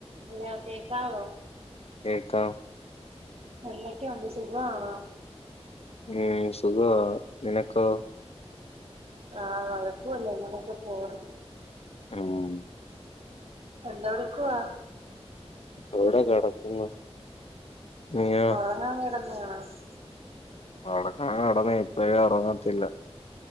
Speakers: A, on the right (about 65°); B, on the left (about 65°).
A: ഹലോ കേക്കാവോ
B: കേക്കാം
A: എന്തൊക്കെയുണ്ട് സുഖാണോ
B: ഉം സുഖവാ നിനക്കോ
A: ആഹ് <unintelligible> ഇങ്ങനൊക്കെ പോന്നു
B: ഉം
A: എന്തടുക്കുവാ
B: എവിടെ കിടക്കുന്നു നീയോ
A: ഒറ ആ <unintelligible>
B: ഒറങ്ങാൻ കടന്ന ഇപ്പയെ ഒറങ്ങത്തില്ല